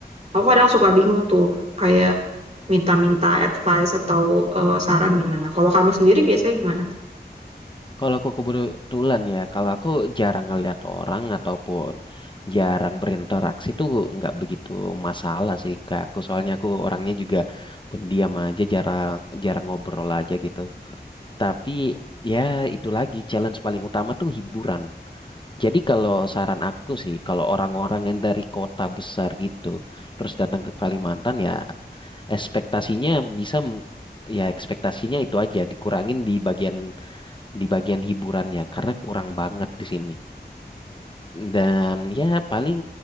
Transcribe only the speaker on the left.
Kalau aku kebetulan ya, kalau aku jarang ngeliat orang ataupun jarang berinteraksi tuh nggak begitu masalah sih ke aku. Soalnya aku orangnya juga pendiam aja, jarang jarang ngobrol aja gitu. Tapi ya itu lagi challenge paling utama tuh hiburan. Jadi kalau saran aku sih, kalau orang-orang yang dari kota besar gitu, terus datang ke Kalimantan ya ekspektasinya bisa m- ya ekspektasinya itu aja dikurangin di bagian di bagian hiburannya karena kurang banget di sini. Dan ya paling